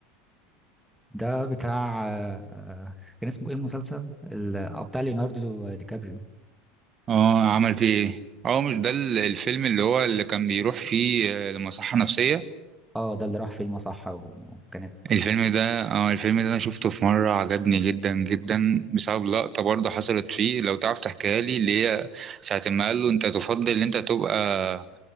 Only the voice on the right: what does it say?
اه عمل فيه ايه اه مش ده ال- الفيلم اللي هو اللي كان بيروح فيه آه، لمصحه نفسيه
الفيلم ده اه الفيلم ده انا شفته في مرة عجبني جدا جدا بسبب لقطة برضه حصلت فيه لو تعرف تحكيها لي اللي هي ساعة ما قال له انت تفضل ان انت تبقى